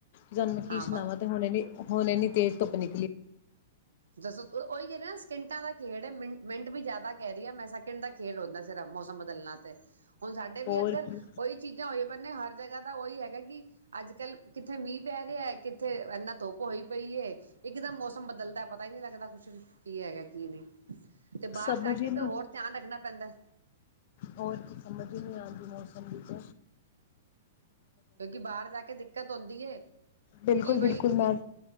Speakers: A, on the left; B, on the right.
A: ਤੁਹਾਨੂੰ ਮੈਂ ਕੀ
B: ਹਾਂ
A: ਸੁਣਾਵਾਾਂ ਹੁਣਣੇ ਨੀ ਹੁਣੇ ਨੀ ਤੇ ਪਣੀ
B: ਜੱਸ ਉਹੀ ਗਦੇ ਤਿੰਟਾਂ ਦਾ ਖੇਡ ਮਿੰ ਮਿੰਟ ਵੀ ਜ਼ਿਆਦਾ ਕਹਿ ਰਹੀ ਆ ਮੈਂ ਸੈਕਿੰਡ ਦਾ ਖੇਲ ਹੁੰਦਾ ਸਿਰਫ ਮੌਸਮ ਬਦਲਣਾ ਤੇ ਹੁਣ ਸਾਡੇ ਵੀ
A: ਹੋਰ
B: ਇੱਧਰ
A: ਕੀ
B: ਉਹੀ ਚੀਜ਼ਾਂ ਹੋਈ ਪਆਂ ਹਰ ਜਗ੍ਹਾ ਤਾਂ ਉਹੀ ਹੈਗਾ ਕਿ ਅੱਜ ਕੱਲ੍ਹ, ਕਿੱਥੇ ਮੀਂਹ ਪੈ ਰਿਹਾ ਕਿੱਥੇ ਇੰਨਾ ਧੁੱਪ ਹੋਈ ਪਈ ਹੈ। ਇਕਦਮ ਮੌਸਮ ਬਦਲਦਾ ਪਤਾ ਹੀ ਨਹੀਂ ਲੱਗਦਾ ਕੁਛ ਵੀ ਕੀ ਹੈਗਾ ਕੀ ਨਹੀਂ। ਤੇ ਬਾਹਰ
A: ਸਮਝ
B: ਜਾ ਕੇ
A: ਹੀ ਨਹੀਂ
B: ਤੇ ਹੋਰ ਧਿਆਨ ਰੱਖਣਾ ਪੈਂਦਾ।
A: ਹੋਰ ਕੀ ਸਮਝ ਨਹੀਂ ਆਉਂਦੀ ਮੌਸਮ ਵਿੱਚ
B: ਕਿਉਂਕਿ ਬਾਹਰ ਜਾ ਕੇ ਦਿੱਕਤ ਆਉਂਦੀ ਹੈ। ਕਿ
A: ਬਿਲਕੁਲ
B: ਬਈ
A: ਬਿਲਕੁਲ ਮੈਂ
B: ਜੇ